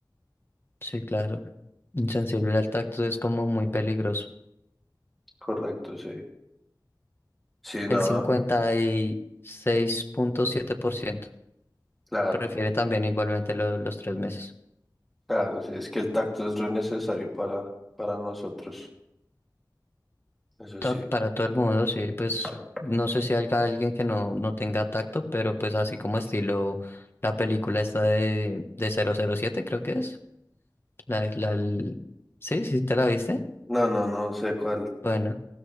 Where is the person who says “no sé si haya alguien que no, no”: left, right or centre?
Left